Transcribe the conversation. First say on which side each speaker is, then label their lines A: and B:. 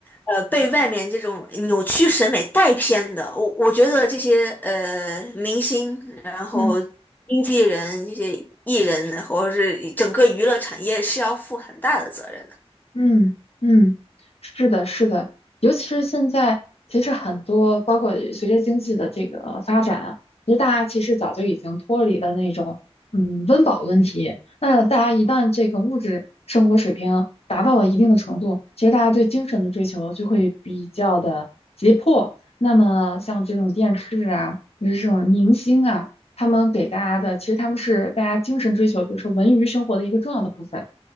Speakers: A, on the left; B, on the left.
A: 呃，被外面这种扭曲审美带偏的，我我觉得这些呃明星，然后经纪人、
B: 嗯。
A: 这些艺人，或者是整个娱乐产业是要负很大的责任的。
B: 嗯嗯，是的，是的，尤其是现在，其实很多包括随着经济的这个发展啊，其实大家其实早就已经脱离了那种嗯温饱问题。那大家一旦这个物质生活水平达到了一定的程度，其实大家对精神的追求就会比较的急迫。那么像这种电视啊，就是这种明星啊，他们给大家的，其实他们是大家精神追求，比如说文娱生活的一个重要的部分。